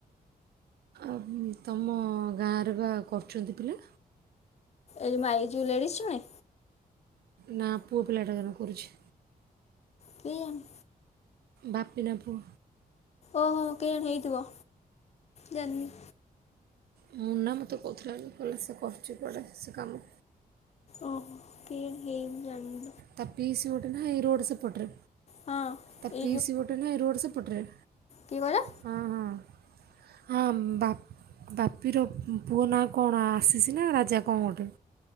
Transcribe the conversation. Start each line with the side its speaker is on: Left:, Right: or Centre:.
Right: ଆହୁଁ ତମ ଗାଁରେ ପା କରୁଚନ୍ତି ପିଲା।
Left: ଏଇ ମାଇ ଯୋଉ ଲେଡିସ ଜଣେ
Right: ନା ପୁଅ ପିଲାଟା ଜଣେ କରୁଛି।
Left: କେୟାଣୀ
Right: ଵାପିନା ପୁଅ।
Left: ଓହୋ କେୟାଣୀ ହେଇଥିବ ଜାନୀ
Right: ହୁଁ ନା ମୋତେ କହୁଥିଲା କି ସେ କରୁଚି କୁଆଡ଼େ ସେ କାମ।
Left: ଓହୋ କେୟାଣି ହେୟାଣୀ ମୁଁ ଯାନି।
Right: ତା ପିଇସୀ ଗୋଟେ ନାହିଁ ରୋଡ଼ ସେପଟରେ।
Left: ହଁ
Right: ତା ପିଇସୀ ଗୋଟେ ନାହିଁ ରୋଡ ସେପଟରେ।
Left: କି କଇଲ?
Right: ହଁ ହଁ ହଁ ଵାପ୍ ବାପିର ପୁଅ ନାଁ କଣ? ଆ ଆଶିଷ ନା ରାଜା କଣ ଗୋଟେ।